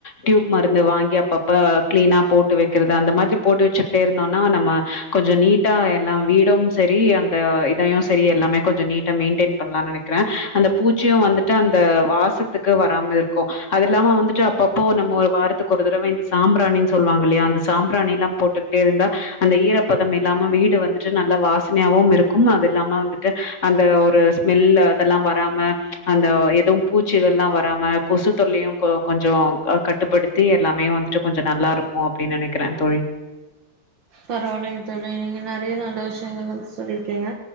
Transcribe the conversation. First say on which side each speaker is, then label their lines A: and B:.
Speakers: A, on the left; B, on the right.
A: டியூப் மருந்து வாங்கி அப்பப்ப கிளீனா போட்டு வைக்கிறது அந்த மாதிரி போட்டு வச்சுக்கிட்டே இருந்தோம்னா நம்ம கொஞ்சம் நீட்டா எல்லாம் வீடவும் சரி அந்த இதையும் சரி எல்லாமே கொஞ்சம் நீட்டா மெயின்டென் பண்ணலாம்னு நினைக்கிறேன் அந்த பூச்சியும் வந்துட் ட்டு அந்த வாசத்துக்கு வராம இருக்கு அது இல்லாம வந்துட்டு அப்பப்போ நம்ம ஒரு வாரத்துக்கு ஒரு தடவ இந்த சாம்பிராணின்னு சொல்லுவாங்கல்லையா அந்த சாம்பிராணி எல்லாம் போட்டுக்கிட்டே இருந்தா அந்த ஈரப்பதம் இல்லாம வீடு வந்துட்டு நல்லா வாசனையாவும் இருக்கும் அது இல்லாம வந்துட்டு அந்த ஒரு ஸ்மெல் அதெல்லா வராம அந்த வ எதுவு பூச்சிகள்லா வராம கொசு தொல்லையும் கொ கொஞ்சொ கட்டுப்படுத்தி எல்லாமே வந்துட்டு கொஞ்சொ நல்லா இருக்கு அப்படின்னு நெனைக்கிறே தொழி
B: பரவாயில்லைங்க தொழி நீங்க நெறைய நல்ல விஷயங்கள் வந்து சொல்லிருக்கீங்க